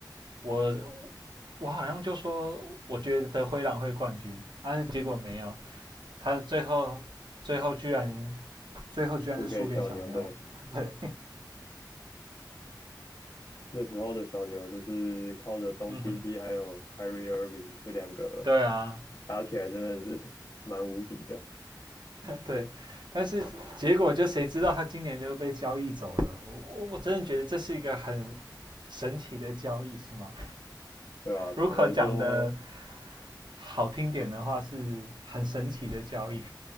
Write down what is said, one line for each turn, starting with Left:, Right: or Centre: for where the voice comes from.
Right: 我我好像就说我觉得灰狼会冠军，啊，结果没有，他最后最后居然最后居然是输给小妞，
Left: 输给小牛队。
Right: <laughs> 对，
Left: 那时候的小牛就是靠着东契奇还有
Right: 嗯哼，
Left: Kyrie Irving 这两个
Right: 对啊，
Left: 打起来真的是 <laughs> 蛮无敌的，
Right: 对，但是结果就谁知道他今年就被交易走了，我我真的觉得这是一个很神奇的交易，是吗？
Left: 对啊，
Right: 如果讲的
Left: 只能说
Right: 好听点的话，是很神奇的交易，